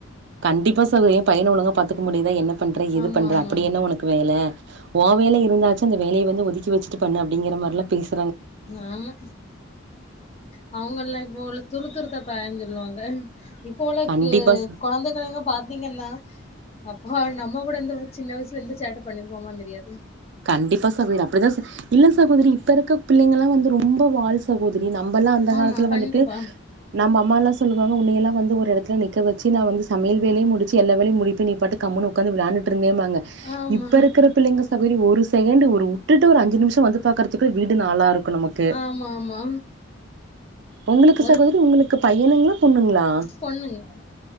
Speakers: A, on the right; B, on the left.
A: கண்டிப்பா சகோதரி ஏ பையன ஒழுங்கா பாத்துக்க முடிதா என்ன பண்றே எது
B: ஆமா
A: பண்ற
B: ஆமா
A: அப்பிடி என்ன உனக்கு வேல ஓவேல இருந்தாச்சு அந்த வேலய வந்து ஒதுக்கி வச்சட்டு பண்ணு அப்டிங்கிற மாரிலா பேசி
B: ஆமா அவ உங்கல்லா இப்ப உள்ள துரு துருத்த பய சொல்லுவாங்க இப்போல
A: கண்டிப்பா
B: கி கொழந்தைகங்க பாத்தீங்கன்னா அப்போ நம்ம கூட எந்த சின்ன வயசுல இந்த சேட்டை பண்ணிர்போமா தெரியாது
A: கண்டிப்பா சகோதரி அப்டிதா இல்ல சகோதரி இப்பருக்க பிள்ளைங்களா வந்து ரொம்ப வாள் சகோதரி நம்மல்லா அந்த
B: ஆமா
A: காலத்துல
B: கண்டிப்பா
A: வந்துட்டு நம்ம அம்மால்லா சொல்லுவாங்க உன்னையல்லா வந் ஒரு எடத்து நிக்க வச்ச நா வந்து சமயல் வேலயு முடிச்சு எல்ல வேலயு முடிப்பே நீ பாட்டு கம் ஒக்காந்து விளாட்டுருந்தேமா ங்க
B: ஆமா
A: இப்ப இருக்கிற பிள்ளைங்க ச போயி ஒரு செகண்ட்டு ஒரு வுட்டுட்டு ஒரு அஞ்சு நிமிஷ வந்து பாக்கறதுக்கு வீடு நாளா இருக்கு நமக்கு
B: ஆமா ஆமா
A: உங்களுக்கு
B: ஒரு
A: சகோதரி உங்களுக்கு பையனுங்களா பொண்ணுங்களா
B: பொண்ணுங்க